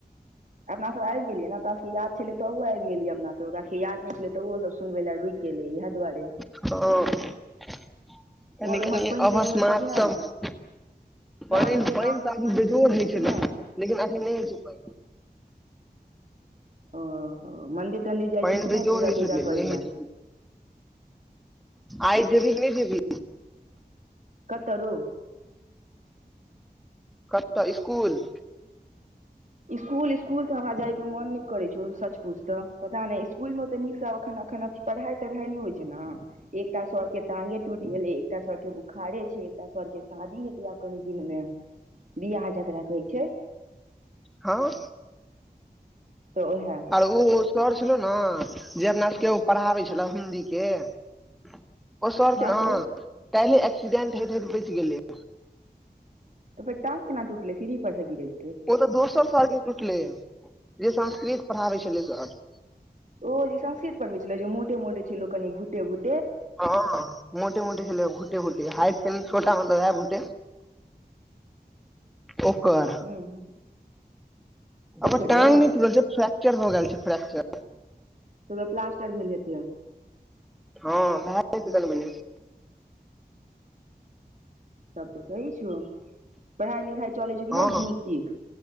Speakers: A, on the right; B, in the centre.
A: अपना सब आबि गेलियै ने त याद छलय तब आबि गेलियै अपना सब क याद नहि छलै तऽ ओ सब सुनबै लए रुकि गेलै इएह दुआरे
B: हँ कनी
A: आओर उम्हर
B: कनी
A: पानि
B: अव
A: तानि होइ
B: मात
A: छौ कि नहि
B: तऽ <inaudible> पानि
A: तोहर सबके
B: पानि
A: गाँव
B: तऽ
A: दिस
B: एखनी बेजोड़
A: तानि होइ
B: होइत
A: छौ
B: छै
A: कि
B: लेकिन
A: नहि
B: एखन नहि होइ छै पइन
A: ओहो मंन्दिर तंन्दिर जाइ
B: पानि
A: छी कि
B: बेजोड़
A: नहि पूजा
B: होइ छलै
A: तूजा करै
B: नहि होइ
A: लय
B: छै आइ जेबी नय जेबी
A: कतलू
B: कतऽ स्कुल
A: स्कूल स्कूल के हमरा जाय के मन नइ करे छै पूछत पता नइ इसकुल मे तऽ नीकसँ एखन एखन अ पढ़ाइ तढ़ाइ नहि होइ छै ने एकटा सर के टाँगे टूटि गेलै एकटा सर के बोखारे छै एकटा सर के शादी हेतै आब कनि दिन में बियाह जकरा कहै छय
B: हाँ
A: तऽ उहै
B: आर ओ सर छलो ने जे अपना सबके ओ पढ़ाबै छले हिन्दी के ओ सर
A: हँ
B: क ह
A: कही
B: काल्हि एक्सीडेंट हयत हे तऽ बचि गेलिय
A: टाँग केना टूटले सिड़ी पर सँ गिर केय
B: ओ तऽ दोसर साल मे टुटले हे जे संस्कृत पढ़ाबे छलै सर
A: ओ जे संस्कृत पढ़बै छलै जे मोटे मोटे छल लोक कनि भूटे भूटे
B: हँ मोटे मोटे खेल गोटे गोटे हाइट छोटा मतलबटे ओकर
A: हूँ ओकरे
B: अर टांग
A: तऽ
B: नय त छै फ्र्चर भ गेल छै फ्र्चर
A: तो प्लासटर भेल हेतय
B: हँ भइ छै तऽ म
A: तब तऽ सही छौ पढ़ाई लिखाई चलै छौ किना
B: हँ
A: नीक तीक